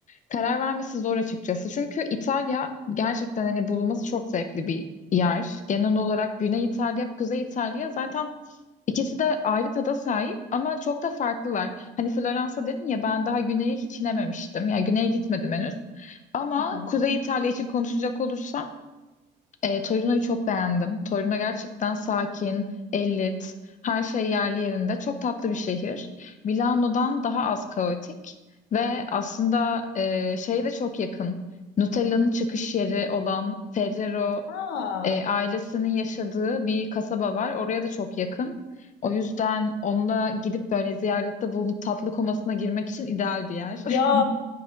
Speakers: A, on the left (about 45°); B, on the left (about 85°).
A: karar vermesi zor açıkçası. Çünkü İtalya gerçekten hani bulunması çok zevkli bir yer. Genel olarak Güney İtalya ve Kuzey İtalya zaten ikisi de ayrı tada sahip ama çok da farklılar. Hani Floransa dedin ya ben daha güneye hiç inememiştim. Yani güneye gitmedim henüz. Ama
B: Hı hı.
A: Kuzey İtalya için konuşacak olursam e, Torino'yu çok beğendim. Torino gerçekten sakin, ellit, her şey yerli yerinde. Çok tatlı bir şehir. Milano'dan daha az kaotik ve aslında e, şeye de çok yakın. Nutella'nın çıkış yeri olan Ferrero
B: Ha,
A: e, ailesinin yaşadığı bir kasaba var. Oraya da çok yakın. O yüzden onunla gidip böyle ziyarette bulunup tatlı komasına girmek için ideal bir yer.
B: Ya
A: <laughs>